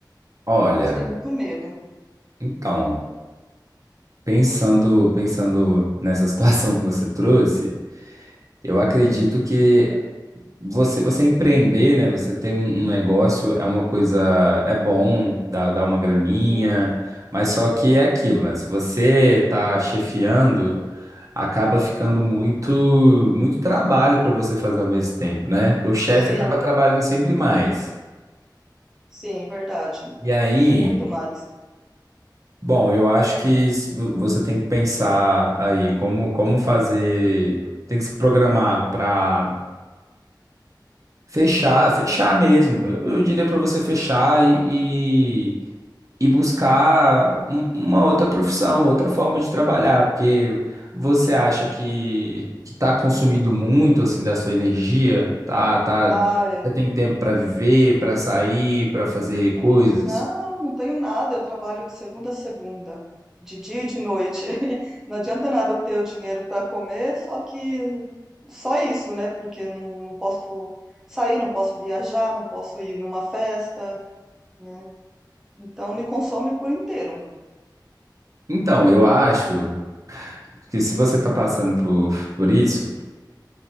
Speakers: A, on the right; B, in the centre.
A: olha,
B: Mas tenho muito medo.
A: então, pensando, pensando nessa <laughs> situação que você trouxe, eu acredito que você, você empreender, né? Você ter um, um negócio é uma coisa, é bom, dá, dá uma graninha,
B: Uhum,
A: mas só que é aquilo, né? Se você tá chefiando. acaba ficando
B: uhum.
A: muito muito trabalho para você fazer ao mesmo tempo, né? Porque o chefe
B: Sim,
A: acaba trabalhando sempre mais.
B: sim, verdade.
A: E aí,
B: Muito mais.
A: bom, eu acho que s- vo- você tem que pensar aí como como fazer, tem que se programar para Fechar,
B: Hum.
A: fechar mesmo. Eu, eu diria pra você fechar e, e, e buscar um- uma outra profissão, outra forma de trabalhar, porque você acha que que tá consumindo muito assim da sua energia, tá, tá,
B: Ah, é.
A: você tem tempo pra viver, pra sair, pra fazer coisas.
B: Hum, Não, não tenho nada. Eu trabalho de segunda a segunda, de dia e de noite. <laughs> Não adianta nada eu ter o dinheiro para comer, só que só isso, né? Porque não, não posso sair, não posso viajar, não posso ir numa festa, né? Então me consome por inteiro.
A: Então, eu acho que se você tá passando por, por isso,